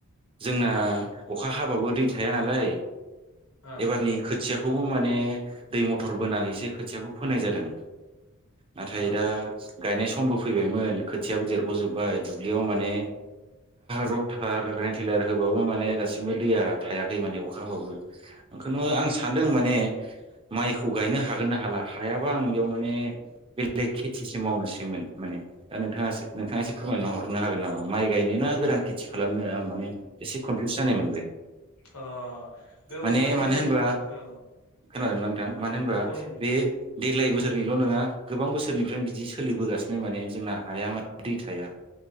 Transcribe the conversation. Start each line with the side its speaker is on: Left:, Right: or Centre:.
Right: जोंना अखा हाबाबो दै थाया नालाय
Left: ओ
Right: एबारनि
Left: हो
Right: खोथियाखौ खौ माने दै मथर बोनानैसो खोथियाखौ फोनाय जादों नाथाय
Left: ओ
Right: दा
Left: हो
Right: गायनाय समबो फैबायमोन खोथियाबो देरग'जोबबाय दुब्लियाव माने रथार भेन्टिलायार होबाबो माने गासिबो दैया थायाखै माने अखा हाबाबो बेखौनो
Left: ओ
Right: आं
Left: हो
Right: सानदों माने माइखौ गायनो हागोन ना हाला हायाबा आं बेयाव माने बेलेग खेथिसो मावनोसैमोन माने दा नोंथाङासो नोंथाङा एसे फोरमायना हरनो हागोन नामा माइ गायनो ना गोरान खेथि खालामनो आं माने एसे कनफिउस जानाय मोनदो
Left: अ बेब'स्थालाय
Right: माने मानो होनबा
Left: औ
Right: खोनादोंना नोंथां मानो होनबा
Left: ओं
Right: बे देग्लाय बोसोरनिल' नङा गोबां बोसोरनिफ्रायनो बिदि सोलिबोगासिनो माने जोंना हाया माने दै थाया